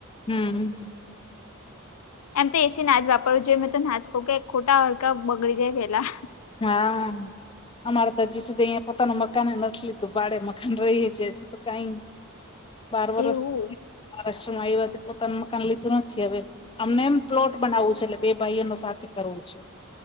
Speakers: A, on the left; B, on the left.
A: હમ.
B: એમ તો એ સી નાચ વાપરવું જોઈએ મેં તો નાચ કે ખોટા હડકા બગડી જાય પેલા.
A: હા. અમારે તો હજી સુધી અહીંયા પોતાનું મકાન ને નથી લીધું ભાડે મકાન રહીએ છીએ હજી તો કઈ બાર વરષ
B: એવું
A: મહારાષ્ટ્રમાં આવી વાતે પોતાનું મકાન લીધું નથી હવે અમને એમ પ્લોટ બનાવવું છે એટલે બે ભાઈઓનો સાથે કરવું છે.